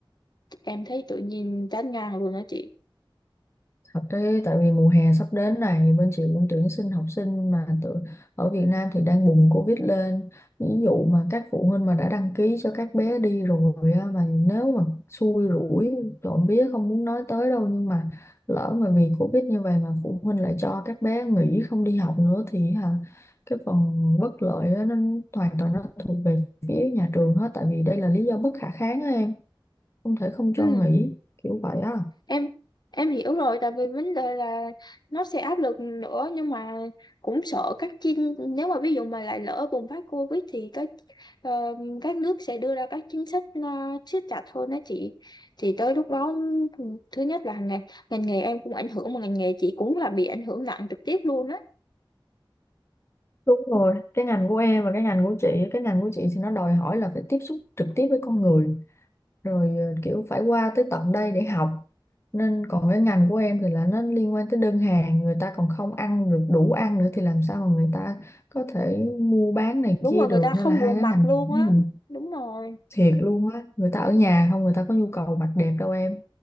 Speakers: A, on the left (about 55°); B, on the left (about 30°).
A: em thấy tự nhiên chán ngang luôn đó chị
B: Thật đấy, tại vì mùa hè sắp đến này bên chị cũng tuyển sinh học sinh mà tự, ở Việt Nam thì đang bùng Covid lên ví dụ mà các phụ huynh mà đã đăng ký cho các bé đi rồi á, mà nếu mà xui rủi trộm vía không muốn nói tới đâu nhưng mà lỡ mà vì Covid như vậy mà phụ huynh lại cho các bé nghỉ không đi học nữa thì hả cái phần bất lợi á, nó hoàn toàn nó thuộc về phía nhà trường hết tại vì đây là lý do bất khả kháng á em không thể không
A: Ừ.
B: cho nghỉ kiểu vậy á
A: em em hiểu rồi tại vì vấn đề là nó sẽ áp lực nữa nhưng mà cũng sợ các chính nếu mà ví dụ mà lại lỡ bùng phát Covid thì các ờ, các nước sẽ đưa ra các chính sách ờ, siết chặt hơn đó chị thì tới lúc đó thứ nhất là ngành ngành nghề em cũng ảnh hưởng mà ngành nghề chị cũng là bị ảnh hưởng nặng trực tiếp luôn á
B: Đúng rồi, cái ngành của em và cái ngành của chị, cái ngành của chị thì nó đòi hỏi là phải tiếp xúc trực tiếp với con người, rồi ờ, kiểu phải qua tới tận đây để học. Nên còn cái ngành của em thì là nó liên quan tới đơn hàng, người ta còn không ăn được đủ ăn nữa thì làm sao mà người ta có thể mua bán này
A: đúng
B: kia
A: rồi
B: được.
A: người ta không
B: Nên là hai
A: buồn
B: cái
A: mặt
B: ngành
A: luôn
B: này của
A: á
B: mình
A: đúng rồi
B: thiệt luôn á, người ta ở nhà không người ta có nhu cầu mặc đẹp đâu em.